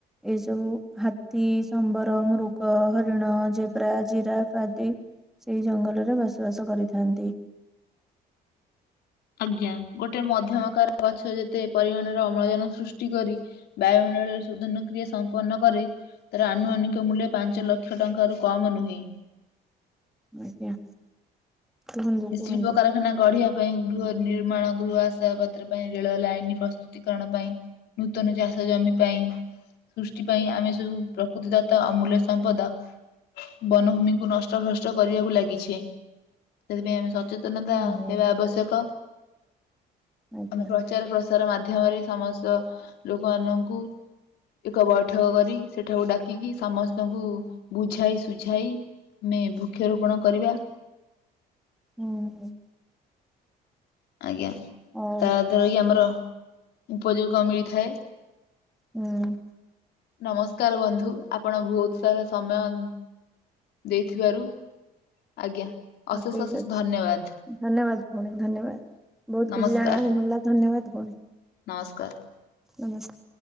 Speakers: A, in the centre; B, on the left (about 75°).
A: ଏସବୁ ହାତୀ, ସମ୍ବର, ମୃଗ, ହରିଣ, ଜେବ୍ରା, ଜିରାଫ୍ ଆଦି ସେଇ ଜଙ୍ଗଲରେ ବସବାସ କରିଥାନ୍ତି।
B: ଆଜ୍ଞା ଗୋଟେ ମଧ୍ୟମକାର ଗଛ ଯେତେ ପରିମାଣରେ ଅମ୍ଳଜାନ ସୃଷ୍ଟି କରି। ବାୟୁମଣ୍ଡଳରେ ଶୋଧନ କ୍ରିୟା ସମ୍ପନ୍ନ କରେ। ତାର ଆନୁମାନିକ ମୂଲ୍ୟ ପାଞ୍ଚ ଲକ୍ଷ ଟଙ୍କାରୁ କମ୍ ନୁହେଁ।
A: ଆଜ୍ଞା କୁହନ୍ତୁ
B: ନି <inaudible>
A: କୁହନ୍ତୁ
B: ଶି୍ପକାର ନା ଗଢିବା ପାଇଁ ଗୃହ ନିର୍ମାଣ ଗୃହ ଆଶା ପତ୍ର ପାଇଁ ରେଳ ଲାଇନ ପ୍ରସ୍ତୁତିକରଣ ପାଇଁ। ନୂତନ ଚାଷ ଜମି ପାଇଁ ସୃଷ୍ଟି ପାଇଁ ଆମେ ସବୁ ପ୍ରକୃତି ଦତ୍ ଅମୂଲ୍ୟ ସମ୍ପଦ। ବନଭୂମିକୁ ନଷ୍ଟ ଭ୍ରଷ୍ଟ କରିବାକୁ ଲାଗିଛି। ସେଥିପାଇଁ ଆମେ ସଚେତନତା
A: ହୁଁ ହୁଁ
B: ହେବା ଆବଶ୍ୟକ।
A: ଆଜ୍ଞା
B: ଆମେ ପ୍ରଚାର ତାର ମାଧ୍ୟମରେ ସମସ୍ତ ଲୋକମାନଙ୍କୁ ଏକ ବୈଠକ କରି ସେଠାକୁ ଡାକିକି ସମସ୍ତଙ୍କୁ ବୁଝାଇ ସୁୁଝାଇ ଆମେ ବୃକ୍ଷରୋପଣ କରିବା।
A: ହୁଁ
B: ଆଜ୍ଞା
A: ହଉ
B: ତା ଦ୍ବାରା କି ଆମର ଉପଯୋଗ ମିଳିଥାଏ।
A: ହୁଁ
B: ନମସ୍କାର ବନ୍ଧୁ ଆପଣ ବହୁତ ସାରା ସମୟ ଦେଇଥିବାରୁ। ଆଜ୍ଞା
A: ହଁ
B: ଅଶେଷ
A: ଠିକ
B: ଅଶେଷ
A: ଅଛି।
B: ଧନ୍ୟବାଦ
A: ଧନ୍ୟବାଦ ଭଉଣୀ ଧନ୍ୟବାଦ। ବହୁତ
B: ନମସ୍କାର
A: କିଛି ଜାଣିବାକୁ ମଳିଲା ଧନ୍ୟବାଦ ଭଉଣୀ।
B: ନମସ୍କାର।
A: ନମସ୍କାର